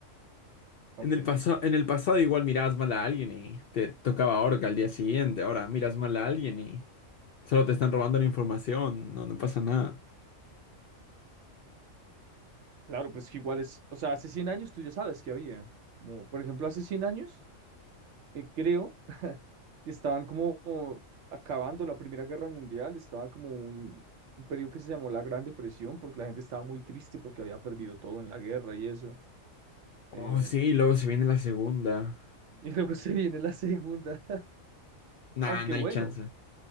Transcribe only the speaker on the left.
En el pasado, en el pasado igual mirabas mal a alguien y te tocaba orca al día siguiente. Ahora miras mal a alguien y solo te están robando la información. No, no pasa nada.
Oh,
sí, luego se viene la segunda.
Nah,
no
hay chance.